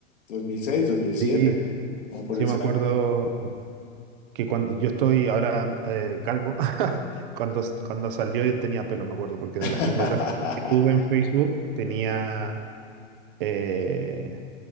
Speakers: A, on the left; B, on the right.
A: dos dos mil seis dos mil siete
B: Sí,
A: como por
B: sí,
A: esa
B: yo me acuerdo
A: época.
B: que cuando yo estoy ahora eh, calvo, <laughs> cuando, cuando salió yo tenía pelo, me acuerdo, porque
A: <laughs>
B: de las primeras fotos que tuve en Facebook tenía, eh,